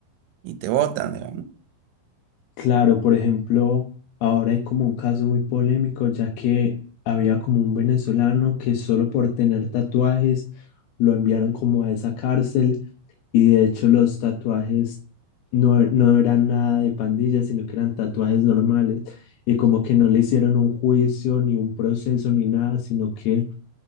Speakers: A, on the right; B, on the left.
A: y te botan, digamos. ¿no?
B: Claro, por ejemplo, ahora hay como un caso muy polémico, ya que había como un venezolano que solo por tener tatuajes lo enviaron como a esa cárcel Y de hecho los tatuajes no, e, no eran nada de pandillas, sino que eran tatuajes normales. Y como que no le hicieron un juicio, ni un proceso, ni nada, sino que